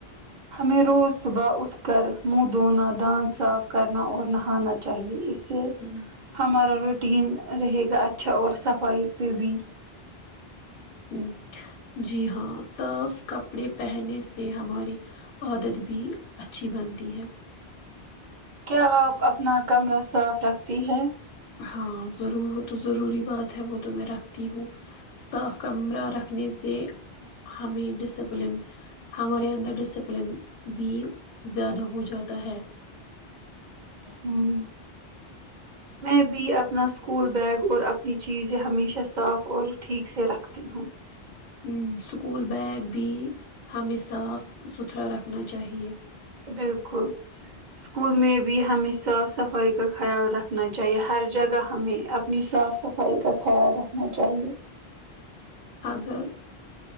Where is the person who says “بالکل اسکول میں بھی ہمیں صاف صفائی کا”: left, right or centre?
Right